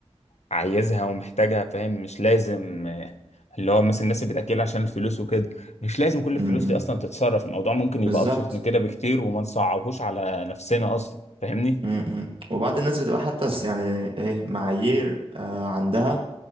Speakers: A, on the left (about 75°); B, on the right (about 50°).
A: عايزها ومحتاجها فاهم مش لازم آه، اللي هو مثلا الناس اللي بتأكل عشان الفلوس وكده مش لازم كل الفلوس
B: امم
A: دي اصلا تتصرف الموضوع ممكن
B: بالظبط
A: يبقى ابسط من كده بكتير وما نصعبهوش على نفسنا اصلا فاهمني
B: امم وبعد الناس بتبقى حتى س- يعني ايه معايير آه عندها